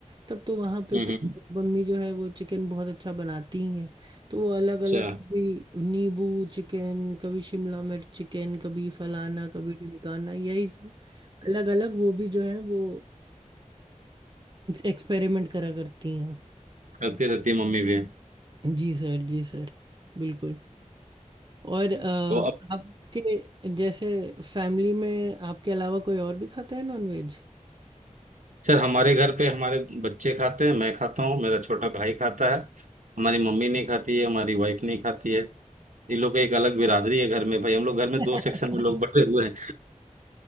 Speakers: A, on the right (about 35°); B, on the right (about 70°).
A: तब तो वहाँ पे
B: हम्म,
A: तो मम्मी जो है वो चिकन बहुत अच्छा बनाती ही हैं तो वो अलग
B: अच्छा
A: अलग भी नींबू चिकन कभी शिमला मिर्च चिकन कभी फलाना कभी ढिमकाना यही सब अलग अलग वो भी जो है वो एक्सपेरिमेंट करा करती हैं
B: करती रहती है मम्मी भी
A: जी सर जी सर बिल्कुल और अ,
B: तो अब
A: आपके जैसे फैमिली में आपके अलावा कोई और भी खाता है नॉनवेज
B: सर हमारे घर पे हमारे बच्चे खाते हैं मैं खाता हूँ मेरा छोटा भाई खाता है हमारी मम्मी नहीं खाती है हमारी वाइफ नहीं खाती है इन लोग का एक अलग बिरादरी है घर में भाई हम लोग घर में
A: <laughs>
B: दो सेक्शन में लोग बटे हुए हैं